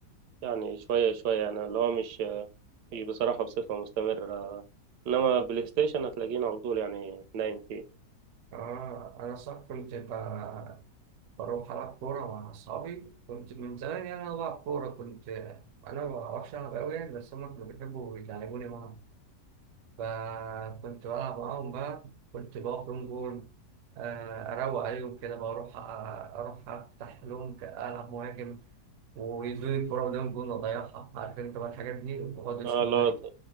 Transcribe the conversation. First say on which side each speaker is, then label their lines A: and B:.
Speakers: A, on the right (about 80°); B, on the right (about 70°).
A: يعني شوية شوية يعني اللي هو مش مش بصراحة بصفة مستمرة انما بلاي ستيشن هتلاقيني على طول يعني نايم فيه
B: آه أنا صح كنت ب- بروح ألعب كورة مع أصحابي كنت من زمان يعني أنا بلعب كورة كنت أنا ما بعرفش ألعب أوي يعني بس هما كانوا بيحبوا يلعبوني معاهم. فكنت بلعب معاهم بقى كنت بقف لون جول آه، أروق عليهم كده بقى أروح آه، أروح أفتح لهم ك- ألعب مهاجم ويدوني الكورة قدام الجون وأضيعها عارف أنت بقى الحاجات دي ويقعدوا يشتموني
A: اه اللي هو